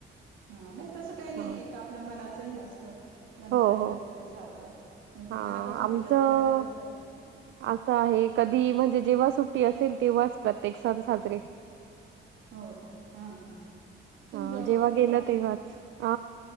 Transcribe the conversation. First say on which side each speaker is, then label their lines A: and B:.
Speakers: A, on the right; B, on the right.
A: हा नाही तसं काही नाही
B: हां.
A: एक आपलं मनाचं हे असतं नंतर
B: हो
A: हे
B: हो
A: केलं तरी चालतं म्हणजे
B: हा
A: मनापासून
B: आमचं
A: केलं तर कधी पण चालत
B: असं आहे कधी म्हणजे जेव्हा सुट्टी असेल तेव्हाच प्रत्येक सण साजरे
A: हो का हा हा तुम्ही
B: हां,
A: जॉब
B: जेव्हा
A: करता
B: गेलं
A: का
B: तेव्हाच. अ,